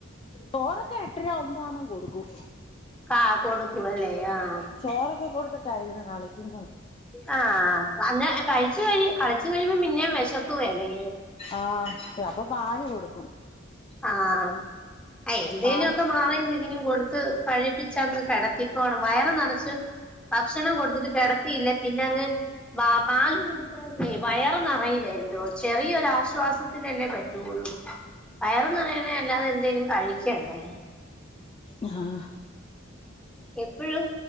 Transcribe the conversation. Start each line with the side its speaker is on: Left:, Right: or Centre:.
Left: ചോറൊക്കെ എട്ടര ഒമ്പാമ കൊടുക്കും
Centre: കാ കൊടുക്കൂ അല്ലേ ആ
Left: ചോറൊക്കെ കൊടുത്തിട്ടായിരുന്നു കളിക്കുന്ന്
Centre: ആഹ അ കഴി കളിച്ച് കഴിയുമ്പൊ പിന്നേം വിശക്ക്അലേ
Left: ആഹ അപ്പൊ പാല് കൊടുക്കും
Centre: ആഹ എന്തേലും
Left: പാൽ
Centre: ഒക്കെ മാറീംതിരിഞ്ഞും കൊടുത്ത് കഴിപ്പിച്ചങ്ങ്കെട എത്തിക്കോണം വയറ് നിറച്ച് ഭക്ഷണം കൊടുത്തിട്ട് കിടത്തിയില്ലേ പിന്നെ അങ്ങ് പാല് കുടിക്കാലെ വയർ നിറയൂലല്ലോ ചെറിയൊരാശ്വാസത്തിനല്ലേ പറ്റു ള്ളൂ വയർനിറയണേ അല്ലാതെ എന്തേലും കഴിക്കണ്ടേ
Left: ആഹ
Centre: എപ്പോഴും